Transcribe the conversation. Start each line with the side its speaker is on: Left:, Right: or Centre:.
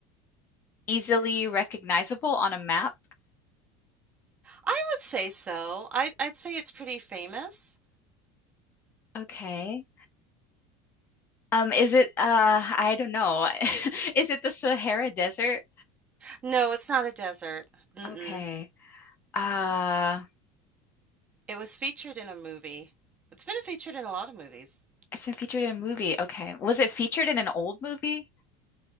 Left: easily recognizable on a map?
Right: I would say so. I I'd say it's pretty famous.
Left: Okay. Um, is it uh I don't know. <laughs> Is it the Sahara Desert?
Right: No, it's not a desert. Mm-mm.
Left: Okay. Uh
Right: It was featured in a movie. It's been featured in a lot of movies.
Left: it's been featured in a movie. Okay. Was it featured in an old movie?